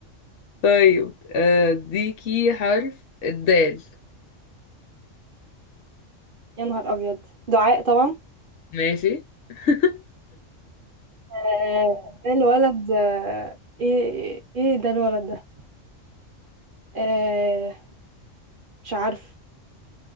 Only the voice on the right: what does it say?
يا نهار ابيض دعاء طبعا
آه، ده الولد آه، ايه ايه ده الولد ده آه، مش عارف